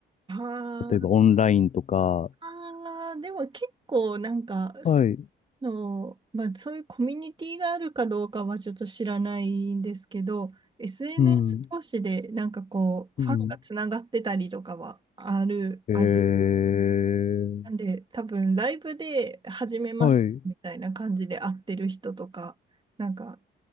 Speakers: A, on the right (about 25°); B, on the left (about 35°).
A: あ
B: 例えばオンラインとか。
A: ーあー、でも結構なんか、
B: はい。
A: の、まあ、そういうコミュニティがあるかどうかはちょっと知らないんですけど、SNS
B: うん。
A: 同士でなんかこう、
B: うん。
A: ファンがつながってたりとかはある、
B: えー、
A: ありなんで、多分ライブで初めましてみたいな感じで会ってる人とか、
B: はい。
A: なんか、